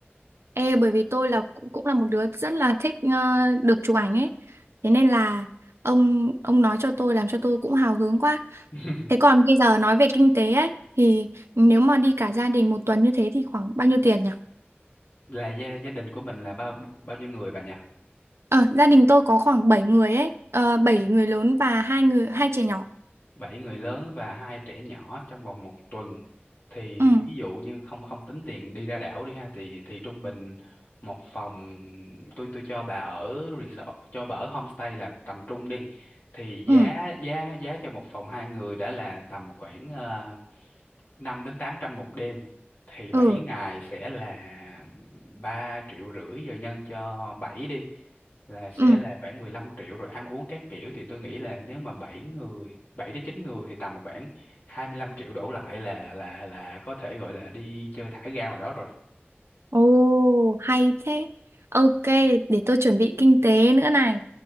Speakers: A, on the right; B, on the left.
A: Ê, bởi vì tôi là cũng cũng là một đứa rất là thích ờ, được chụp ảnh ấy. Thế nên là ông ông nói cho tôi làm cho tôi cũng hào hứng quá.
B: <laughs>
A: Thế còn bây giờ nói về kinh tế ấy thì nếu mà đi cả gia đình một tuần như thế thì khoảng bao nhiêu tiền nhỉ?
B: là gia gia đình của mình là bao bao nhiêu người bà nhỉ
A: Ờ, gia đình tôi có khoảng 7 người ấy, ờ, 7 người lớn và hai người hai trẻ nhỏ.
B: bảy người lớn và hai trẻ nhỏ trong vòng một tuần thì
A: Ừ,
B: ví dụ như không không tính tiền đi ra đảo đi ha thì thì trung bình một phòng tôi tôi cho bà ở resort cho bà ở homestay là tầm trung đi thì giá
A: ừ,
B: giá giá cho một phòng hai người đã là tầm khoảng ờ, 5 đến 800 một đêm thì 7
A: ừ,
B: ngày sẽ là 3 triệu rưỡi rồi nhân cho 7 đi là sẽ
A: ừ.
B: là khoảng mười lăm triệu rồi ăn uống các kiểu thì tôi nghĩ là nếu mà bảy người 7 đến 9 người thì tầm khoảng 25 triệu đổ lại là là là có thể gọi là đi chơi thả ga ngoài đó rồi
A: Ồ, hay thế. Ok, để tôi chuẩn bị kinh tế nữa này.